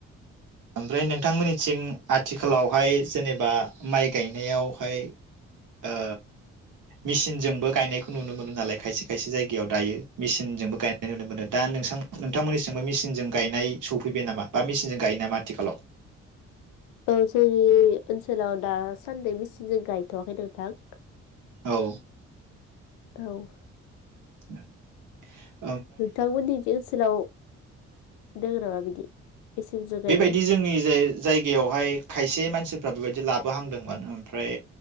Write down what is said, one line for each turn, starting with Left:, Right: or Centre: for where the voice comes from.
Right: ओमफ्राय नोंथांमोननिथिं आथिखालावहाय जेनेबा माइ गायनायावहाय ओ मेसिनजोंबो गायनायखौ नुनो मोनो नालाय खायसे खायसे जायगायाव दायो मेसिनजोंबो गायनाय नुनो मोनो दा नोंसां नोंथांमोननिसिंबो मेसिनजों गायनाय सौफैबाय नामा बा मेसिनजों गायो नामा आ थिखालाव
Left: औ जोंनि ओनसोलाव दासान्दै मेसिनजों गायथवाखै नोंथां।
Right: औ
Left: औ
Right: <inaudible>
Left: नोंथांमोननि जे ओनसोलाव दोङो नामा बिदि मेचिनजों गायनाय
Right: बेबायदि जोंनि जाय जायगायावहाय खायसे मानसि फोरा बेबायदि लाबोहांदोंमोन ओमफ्राय